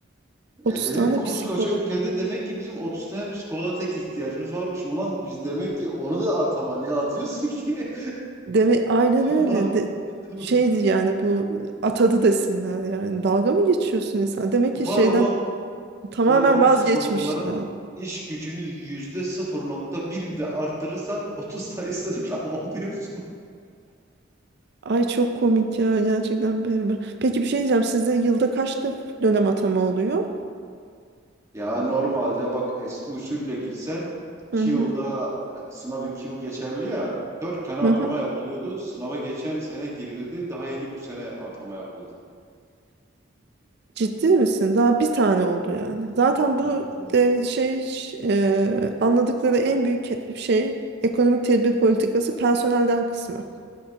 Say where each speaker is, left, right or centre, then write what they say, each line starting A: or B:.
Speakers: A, on the right; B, on the right.
A: e
B: 30
A: dedim
B: tane
A: koskoca
B: psikolog.
A: ülkede demek ki bizim 30 tane psikoloğa tek ihtiyacımız varmış. Ulan biz demek ki onu da atama niye atıyorsun ki? <laughs>
B: Deme aynen öyle.
A: Var,
B: De,
A: <laughs>
B: şeydi yani bu atadı desinler yani. Dalga mı geçiyorsun insan? Demek ki
A: var
B: şeyden
A: olan
B: tamamen
A: Var olan
B: vazgeçmişler.
A: psikologların iş gücünü yüzde sıfır nokta bir bile artırırsan 30 sayısını <laughs> tamamlıyorsun.
B: Ay çok komik ya gerçekten. böyle. Peki bir şey diyeceğim. Sizde yılda kaç def- dönem atama oluyor?
A: Ya normalde bak eski usulle gitsen 2
B: Hı hı.
A: yılda sınav 2 yıl geçerli ya 4 tane
B: Hı
A: atama
B: hı.
A: yapılıyordu. Sınava geçen sene girildi. Daha yeni bu sene atama yapıldı.
B: Ciddi misin? Daha bir tane oldu yani. Zaten bu
A: Evet oğlum.
B: de- şey ş- e, anladıkları en büyük ke- şey ekonomik tedbir politikası personelden kısmak.